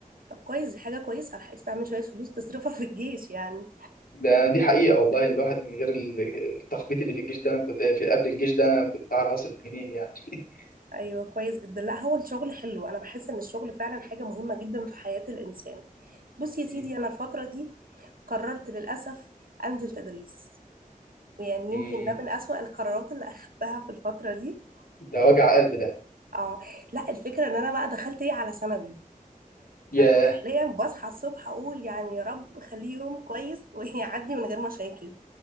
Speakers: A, on the right (about 80°); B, on the left (about 85°).
A: طب كويس دي حاجة كويسة لحقت تعمل شوية فلوس تصرفها في الجيش يعني
B: ده دي حقيقة والله الواحد من غير ال- التخبيط اللي في الجيش ده أنا كنت في قبل الجيش ده أنا كنت أعرف أصرف منين يعني <laughs>
A: ايوه كويس جدا لا هو الشغل حلو انا بحس ان الشغل فعلا حاجة مهمة جدا في حياة الإنسان بص يا سيدي
B: مم.
A: انا الفترة دي قررت للأسف انزل تدريس يعني
B: مم.
A: يمكن ده من أسوأ القرارات اللي أخدتها في الفترة دي
B: ده وجع قلب ده
A: اه لا الفكرة ان انا بقى دخلت ايه على ثانوي
B: ياه
A: انا حاليا بصحى الصبح اقول يعني يا رب خليه يوم كويس <laughs> ويعدي من غير مشاكل